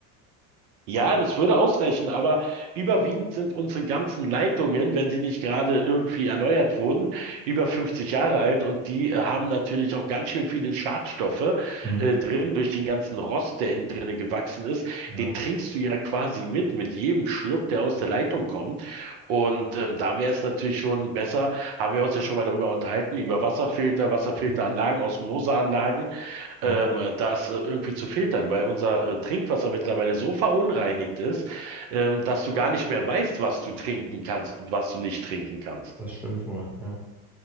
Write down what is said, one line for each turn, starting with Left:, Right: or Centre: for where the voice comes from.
Right: Ja, das würde ausreichen, aber überwiegend sind unsere ganzen Leitungen, wenn sie nicht gerade irgendwie erneuert wurden, über 50 Jahre alt und die äh, haben natürlich auch ganz schön viele Schadstoffe
Centre: Hm.
Right: äh, drin durch den ganzen Rost, der innen drinne gewachsen ist.
Centre: Ja.
Right: Den trinkst du ja quasi mit, mit jedem Schluck, der aus der Leitung kommt. Und ähm, da wäre es natürlich schon besser, haben wir uns ja schon mal darüber unterhalten, über Wasserfilter, Wasserfilteranlagen,
Centre: Mhm.
Right: Osmoseanlagen ähm,
Centre: Ja,
Right: das äh, irgendwie zu filtern, weil unser äh, Trinkwasser mittlerweile so verunreinigt ist, ähm, dass du gar nicht mehr weißt, was du trinken kannst und was du nicht trinken kannst.
Centre: das stimmt wohl, ja.